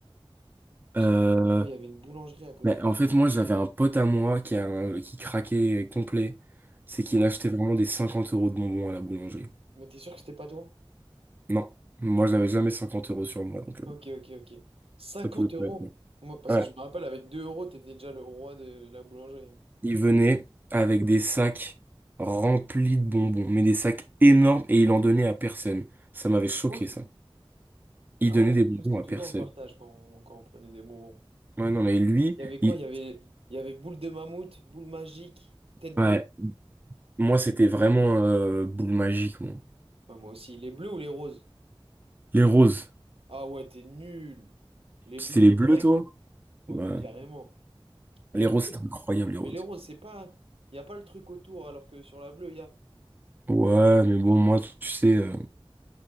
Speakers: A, on the right; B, on the right.
A: Je
B: Euh,
A: sais pas, moi il y avait une boulangerie à côté
B: mais
A: de
B: en
A: l'école.
B: fait, moi, j'avais un pote à moi qui a un- qui craquait complet. C'est qu'il
A: Ouais.
B: achetait vraiment des 50 euros de bonbons à la boulangerie.
A: Mais t'es sûr que c'était pas toi?
B: Non, moi, j'avais jamais 50 euros sur moi, donc euh,
A: Ok, ok, ok. 50
B: ça pouvait pas
A: euros?
B: être. non.
A: Moi, parce
B: Ouais,
A: que je me rappelle, avec 2 euros, t'étais déjà le roi de la boulangerie.
B: il venait avec des sacs remplis de bonbons, mais des sacs énormes, et il en donnait à personne. Ça m'avait choqué,
A: Quoi
B: ça. Il
A: Ah
B: donnait
A: ouais,
B: des bonbons
A: nous, c'était toujours
B: à personne.
A: le partage quand on, quand on prenait des bonbons.
B: Ouais, non, mais lui,
A: Il y avait quoi?
B: il...
A: Il y avait, il y avait boule de mammouth, boule magique, tête brûlée.
B: ouais, Moi, c'était vraiment euh, boule magique, moi.
A: Ouais, moi aussi. Les bleus ou les roses?
B: Les roses.
A: Ah ouais, t'es nul. Les
B: C'était
A: bleus
B: les
A: direct.
B: bleus, toi?
A: Ouais,
B: Ouais.
A: mais carrément. Les
B: Les
A: roses.
B: roses, c'était incroyable, les roses.
A: Mais les roses, c'est pas. Il n'y a pas le truc autour, alors que sur la bleue, il y a.
B: Ouais, mais bon, moi, tu sais, euh,